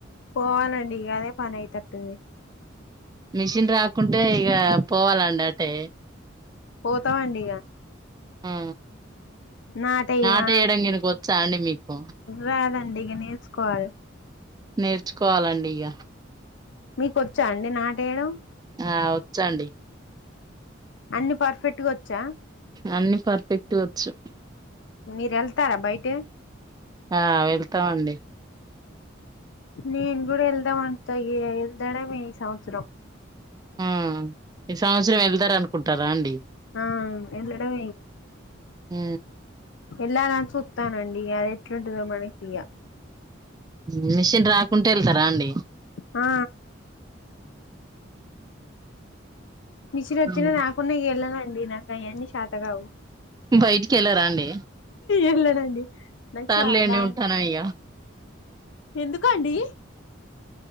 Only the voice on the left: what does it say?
పోవాలండి ఇగ అదే పని అయితట్టుంది.
పోతావండి ఇగా
నాటయ్యా
రాదండి ఇగ నేర్చుకోవాలే
మీక్ ఒచ్చా అండి నాట్ ఎయడం
అన్ని పర్ఫెక్ట్గా ఒచ్చా
మీర్ ఎళ్తారా బైటె
నేన్ గూడా ఎళ్దాం అంత ఏ ఎల్దడేమో ఈ సంవ్సరం
ఆ వెళ్ళడం
పెళ్ళైనంక చూత్తనండి అది ఎట్లుంటందో మరి ఇగ
ఆ మిషిన్ వచ్చిన
రాకున్నా వెళ్ళానండి నాకు అవన్నీ చేతకావు
ఏంలేదండి నాకు
చా రా
ఎందుకు అండి